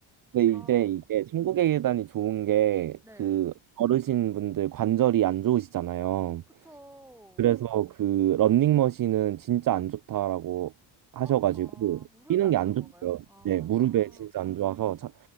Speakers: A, on the right; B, in the centre.
A: 근데 이제
B: 아,
A: 이게 천국의 계단이 좋은 게
B: 네.
A: 그 어르신분들 관절이 안 좋으시잖아요.
B: 그쵸.
A: 그래서 그 런닝머신은 진짜 안 좋다라고 하셔가지고
B: 아, 아, 무릎에
A: 뛰는
B: 안
A: 게 안
B: 좋은
A: 좋대요.
B: 건가요? 아,
A: 네, 무릎에 진짜 안 좋아서 차,